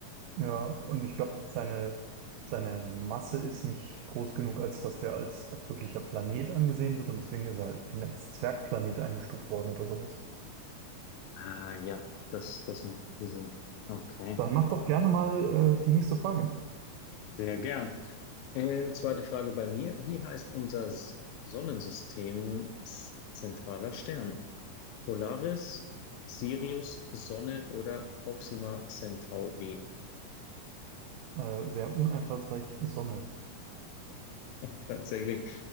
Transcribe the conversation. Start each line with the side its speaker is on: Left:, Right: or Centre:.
Right: Ja, und ich glaube, seine, seine Masse ist nicht groß genug, als dass der als, als wirklicher Planet angesehen wird und deswegen ist er halt ein- als Zwergplanet eingestuft worden oder sowas.
Left: Ah ja, das, das macht viel Sinn. Okay,
Right: Dann mach doch gerne mal äh, die nächste Frage.
Left: sehr gern. Ähm, zweite Frage bei mir. Wie heißt unser S- Sonnensystem s- zentraler Stern? Polaris, Sirius, Sonne oder Proxima Centauri?
Right: Äh, sehr uneinfallsreich, Sonne.
Left: <laughs> Tatsächlich,